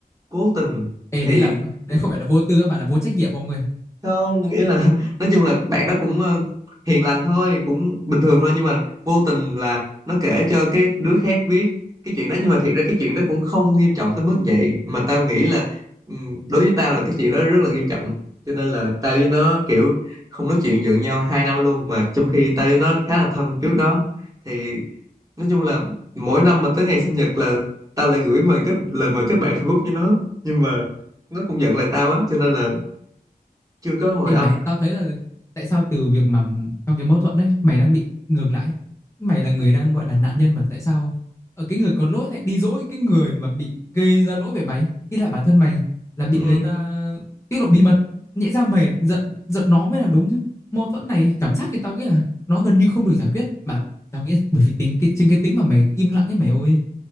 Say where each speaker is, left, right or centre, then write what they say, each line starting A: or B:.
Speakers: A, on the right (about 20°); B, on the left (about 15°).
A: cố tình
B: Ê
A: thì
B: đấy là đấy không phải là vô tư mà là vô trách nhiệm ông ơi.
A: không nghĩa là <laughs> nói chung là bạn đó cũng ờ, hiền lành thôi cũng bình thường thôi nhưng mà vô tình là nó kể cho cái đứa khác biết cái chuyện đó nhưng mà thiệt ra cái chuyện đó cũng không nghiêm trọng tới mức vậy mà tao nghĩ là ừm, đối với tao là cái chuyện đó rất là nghiêm trọng cho nên là tao với nó kiểu không nói chuyện giận nhau hai năm luôn mà trong khi tao với nó khá là thân trước đó thì nói chung là mỗi năm mà tới ngày sinh nhật là tao lại gửi mời kết lời mời kết bạn Facebook với nó nhưng mà nó cũng giận lại tao á cho nên là chưa có hồi
B: Ê
A: âm
B: mày, tao thấy là tại sao từ việc mà trong cái mâu thuẫn đấy mày đang bị ngược lại. Mày là người đang gọi là nạn nhân mà tại sao ở cái người có lỗi lại đi dỗi cái người mà bị gây ra lỗi về mày? Ý là bản thân mày là bị
A: Ừ,
B: người ta tiết lộ bí mật, nhẽ ra mày giận giận nó mới là đúng chứ. Mâu thuẫn này cảm giác cho tao nghĩ là nó gần như không được giải quyết mà tao nghĩ bởi vì tính cái chính cái tính mà mày im lặng ấy mày ơi.